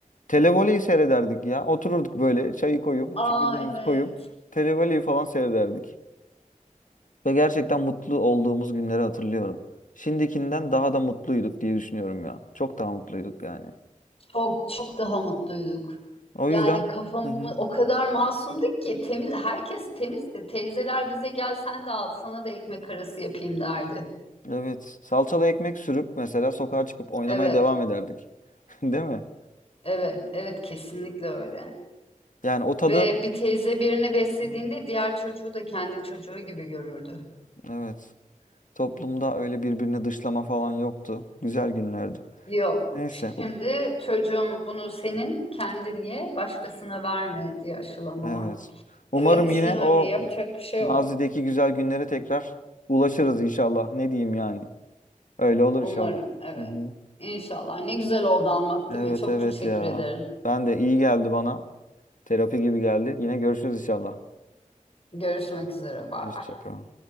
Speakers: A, on the left (about 70°); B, on the left (about 45°).
A: televoleyi seyrederdik ya. Otururduk böyle çayı koyup
B: Aa
A: çekirdeğimizi
B: evet.
A: koyup televoleyi falan seyrederdik. Ve gerçekten mutlu olduğumuz günleri hatırlıyorum. Şimdikinden daha da mutluyduk diye düşünüyorum ya. Çok daha mutluyduk yani.
B: Çok çok daha mutluyduk.
A: O
B: Yani
A: yüzden
B: kafamı
A: hı hı,
B: o kadar masumduk ki temiz herkes temizdi. Teyzeler bize gel sen de al sana da ekmek arası yapayım derdi.
A: evet salçalı ekmek sürüp mesela sokağa çıkıp oynamaya
B: Evet,
A: devam ederdik. <laughs> Değil mi?
B: evet, evet kesinlikle öyle.
A: Yani o tadı
B: Ve bir teyze birini beslediğinde
A: Hı hı.
B: diğer çocuğu da kendi çocuğu gibi görürdü.
A: evet. Toplumda öyle birbirini dışlama falan yoktu. Güzel günlerdi.
B: Yok.
A: Neyse
B: Şimdi
A: bu.
B: çocuğum bunu senin kendin ye, başkasına verme diye aşılama
A: Evet.
B: var.
A: Umarım
B: Evet
A: yine
B: yani
A: o
B: yapacak bir şey
A: mazideki
B: yok.
A: güzel günlere tekrar ulaşırız inşallah. Ne diyeyim yani. Öyle olur
B: Umarım.
A: inşallah.
B: Evet.
A: Hı hı.
B: İnşallah. Ne güzel oldu anlat,
A: Evet
B: değil mi? Çok
A: evet
B: teşekkür
A: ya.
B: ederim.
A: Ben de iyi geldi bana. Terapi gibi geldi. Yine görüşürüz inşallah.
B: Görüşmek üzere. Bye.
A: Hoşça kal.